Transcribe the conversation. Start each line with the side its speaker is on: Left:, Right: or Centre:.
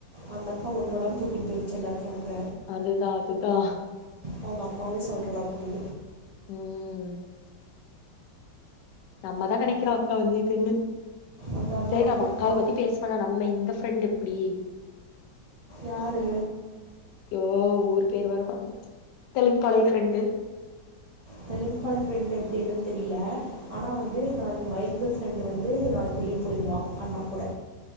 Right: அந்தக்கா ஒன்னோடம்ப தூக்கிட்டு போயிற்சி எல்லாத்தையு அங்க
Left: அதுதா அதுதா
Right: அவுங்கம்மாவு சொல்ற அளவுக்கு
Left: ம் நம்ம தா நெனைக்கிறோ அக்கா வந்து தின்ன்னு
Right: அதான்
Left: சேரி
Right: தான்
Left: நம்ம அக்காவ
Right: நான்
Left: பத்தி பேச இப்ப னா நம்ம இந்த ஃப்ரெண்ட்டு எப்டி
Right: யாரு
Left: யோ ஊர் பேர் வேற மறந்துருச்சு Telungupalayam friend
Right: Telungupalayam friend எப்டி என்னன் தெரில ஆனா வந்து நாளக்கி மயில்கஸ் ஃப்ரண்டு் வந்து நாளைக் வெளிய போயிருவா அண்ணா கூட